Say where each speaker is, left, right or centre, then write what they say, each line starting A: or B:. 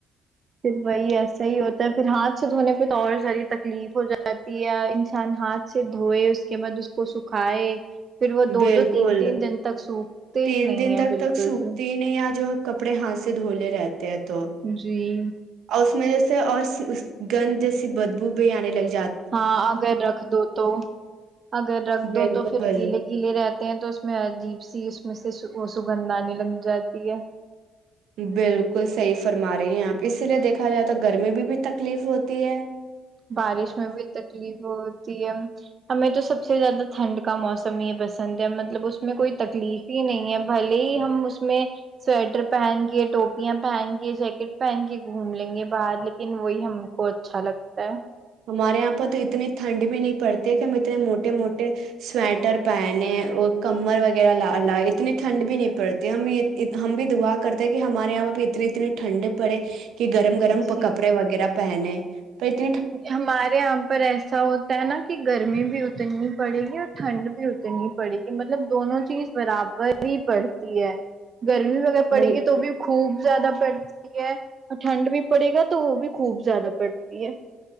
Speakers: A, on the right; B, on the right.
A: پھر وہی ایسا ہی ہوتا ہے پھر ہاتھ سے دھونے پہ تو اور ساری تکلیف ہو جاتی ہے انسان ہاتھ سے دھوئے اس کے بعد اس کو سکھائے پھر وہ دو
B: بالکل
A: دو تین تین دن تک سوکھتے
B: تین
A: ہی نہیں
B: دن
A: ہیں
B: تک
A: بالکل
B: تک سوکھتی
A: بھی
B: ہی نہیں آ جو کپڑے ہاتھ سے دھوولے رہتے تو
A: جی
B: ا میں جیسے اور گند جیسی بدبو بھی آنے لگی جات
A: ہاں اگر رکھ دو تو اگر رکھ
B: بالکل
A: دو تو پھر گیلے گیلے رہتے تو اس میں عجیب سی اس میں سے سگنداانی لگ جاتی ہے
B: بالکل صحیح فرما رہی ہیں آپ اسی لیے دیکھا جائے تو گرمی بھی بھی تکلیف ہوتی ہے
A: بارش میں بھی تکلیف ہوتی ہے ہمیں تو سب سے زیادہ ٹھنڈ کا موسم ہی ہے بس پسند ہے مطلب اس میں کوئی تکلیف ہی نہیں ہے بھلے ہی ہم اس میں سویٹر پہن کے ٹوپیاں پہن کے جیکٹ پہن کے گھوم لیں گے باہر لیکن وہی ہم کو اچھا لگ ا
B: ہمارے یہاں پرہ تو اتنی ٹھنڈ بھی نہیں پڑتی ہے کہ ہم اتنے موٹے موٹے سویٹر پہنے اور کمر وغیرہ ل لائے اتنی ٹھنڈ بھی نہیں پڑتی ہم ہم بھی دعا کرتے کہ ہمارے یہاں پہ بھی اتنی اتنی ٹھنڈ پڑے کہ گرم
A: ہے
B: گرم
A: جی
B: کپڑے وغیرہ پہنے ب تو
A: ہمارے یہاں پر ایسا ہوتا ہے نا کہ گرمی بھی اترنی پڑے گی اور ٹھنڈ بھی اتنی پڑے گی مطلب دونوں چیز برابر ہی پڑتی ہے گرمی وغیرہ پڑے
B: نہیں
A: گی تو بھی خوب زیادہ پڑتی ہے اور ٹھنڈ بھی پڑے گا تو وہ بھی خوب زیادہ پڑتی ہے